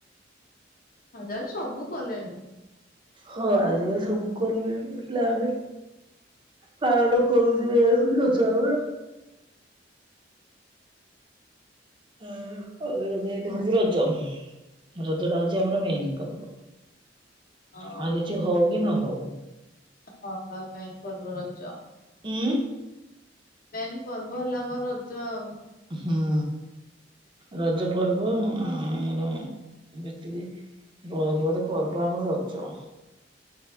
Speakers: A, on the left; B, on the right.
A: ଅଜରେ ସବୁ କଲେଣି।
B: ହଁ ଆଜିକାଲି ସବୁ କଲେଣି ହେଲେ ଆମେ ପାଳନ କରୁଚେ ଯା ହୋଉ ରଜ ଆମର। ଆଁ ଆମର ମେନ୍ ହଉଚି ରଜ ରଜଟା ହଉଚି ଆମର ମେନ୍ ପର୍ବ।
A: ହଁ
B: ଆଉ କିଛି ହଉ କି ନ ହଉ।
A: ହଁ ପା ମେନ୍ ପର୍ବ ରଜ।
B: ଉଁ?
A: ମେନ୍ ପର୍ବ ହେଲା ଆମର ରଜ ଆଉ।
B: ହୁଁ ରଜ ପର୍ବ ଆମର ଯେତିକି ବ ବଡ଼ ପର୍ବ ଆମର ରଜ।